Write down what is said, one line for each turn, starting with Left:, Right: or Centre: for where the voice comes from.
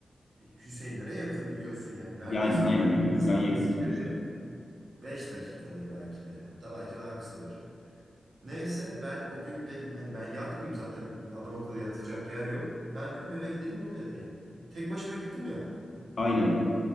Right: Hüseyinlere yakın biliyorsun yani. Neredeyse
Left: Yani aynen
Right: yürüme
Left: aga bizden
Right: mesafesiyle
Left: yakın sonuçta.
Right: bir 5 dakikadır belki de. Hatta belki daha kısadır. Neyse ben o gün dedim hani ben yatmayayım zaten adam akıllı yatacak yer yok. Ben dedim eve gideyim orada yatayım. Tek başıma gittim ya.
Left: Aynen.